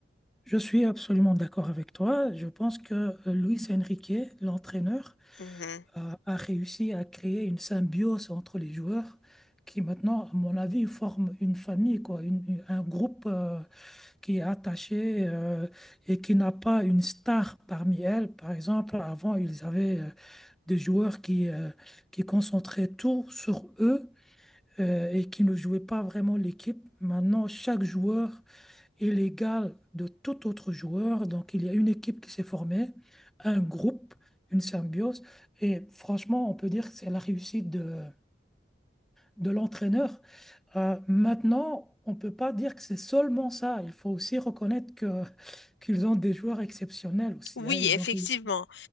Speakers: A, in the centre; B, on the left.
A: je suis absolument d'accord avec toi. Je pense que euh, Luis Enrique, l'entraîneur,
B: Mhm.
A: a, a réussi à créer une symbiose entre les joueurs qui maintenant, à mon avis, forment une famille, quoi, une- une- un groupe euh, qui est attaché euh, et qui n'a pas une star parmi elles. Par exemple, avant, ils avaient euh, des joueurs qui, euh, qui concentraient tout sur eux euh, et qui ne jouaient pas vraiment l'équipe. Maintenant, chaque joueur est l'égal de tout autre joueur. Donc, il y a une équipe qui s'est formée, un groupe, une symbiose. Et franchement, on peut dire que c'est la réussite de, de l'entraîneur. Euh, maintenant, on ne peut pas dire que c'est seulement ça. Il faut aussi reconnaître que, qu'ils ont des joueurs exceptionnels aussi.
B: Oui,
A: hein. Ils
B: effectivement.
A: ont réussi.